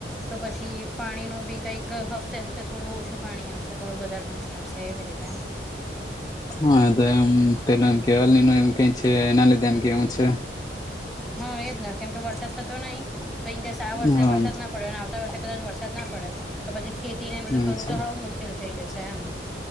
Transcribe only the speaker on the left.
હા તો એમ પેલા એમ કેવા એમ કે છે એના લીધે એમ કે એમ છે.
હા
એવું
છે